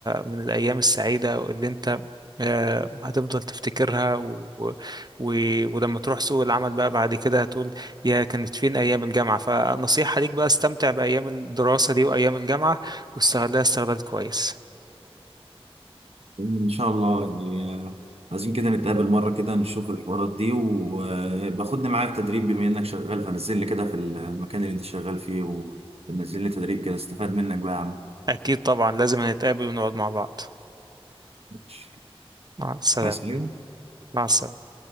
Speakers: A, on the right; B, on the right.
A: من الايام السعيدة اللي انت آه، هتفضل تفتكرها و... و... ولما تروح سوق العمل بقى بعد كده هتقول يا كانت فين أيام الجامعة فنصيحة ليك بقى استمتع بأيام الدراسة دي وأيام الجامعة واستغلها استغلال كويس
B: ان شاء الله يعني آه، عايزين كده نتقابل مره كده نشوف الحوارات دي وباخدني معاك تدريب بما انك شغال فنزلني كده في المكان اللي انت شغال فيه ونزل لي تدريب كده استفاد منك بقى يا عم
A: أكيد طبعا لازم نتقابل ونقعد مع بعض
B: ماشي.
A: مع السلامة
B: عايز حاجه
A: مع السلامة